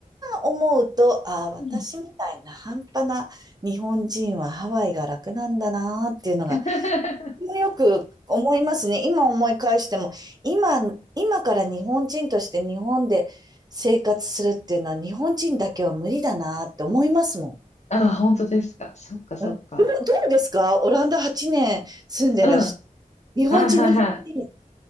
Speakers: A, on the right; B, on the left.
A: 思うと、ああ、私みたいな半端な日本人はハワイが楽なんだなっていうのが、
B: うん。<laughs>
A: よく思いますね。今思い返しても、今、今から日本人として日本で生活するっていうのは日本人だけは無理だなって思いますもん。
B: ああ、本当ですか。そっかそっか。
A: うん、どうどうですかオランダ8年住んでらし、
B: うん。は
A: 日本人、
B: いはいはい。
A: 日本人、